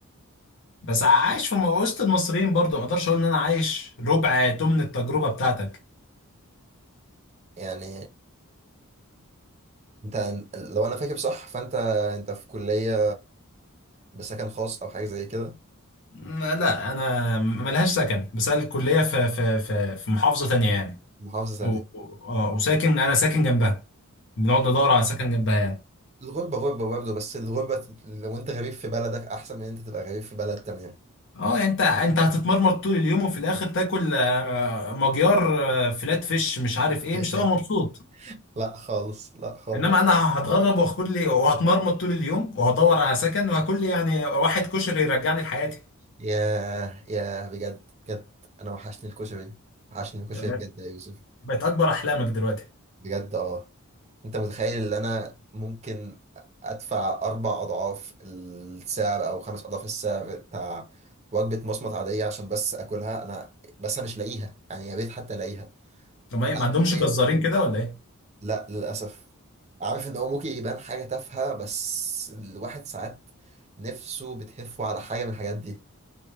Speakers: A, on the left; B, on the right.
A: بس عايش في م- وسط المصريين برضو ما اقدرش اقول ان انا عايش ربع تمن التجربه بتاعتك
B: يعني انت لو انا فاكر صح فانت انت في كلية بسكن خاص او حاجة زي كده
A: مم، لا انا ملهاش سكن بس أنا الكليه في في في في محافظه تانية يعني
B: محافظة ثانية
A: و... و- اه وساكن انا ساكن جنبها بنقعد ندور على سكن جنبها يعني
B: الغربة غربة برضه بس الغربة لو انت غريب في بلدك احسن من انت تبقى غريب في بلد تانية
A: اه يعني انت انت هتتمرمط طول اليوم وفي الاخر تاكل آه، مجيار آه، فلات فيش مش عارف ايه
B: <laughs>
A: مش هتبقى مبسوط
B: لا خالص لا خالص
A: انما انا هتغرب وهاكل لي وهتمرمط طول اليوم وهدور على سكن وهاكل لي يعني واحد كشري يرجعني لحياتي
B: ياه ياه بجد بجد انا وحشني الكشري وحشني الكشري
A: بقت
B: بجد يا يوسف
A: بقت اكبر احلامك دلوقتي
B: بجد اه انت متخيل ان انا ممكن ادفع اربع اضعاف السعر او خمس اضعاف السعر بتاع وجبه مصمت عاديه عشان بس اكلها انا بس انا مش لاقيها يعني يا ريت حتى الاقيها انا
A: لما ما إيه، ما عندهمش
B: عارف إن
A: جزارين
B: هي-
A: كده ولا ايه
B: لا للاسف عارف ان هو ممكن يبان حاجه تافهه بس الواحد ساعات نفسه بتهفه على حاجه من الحاجات دي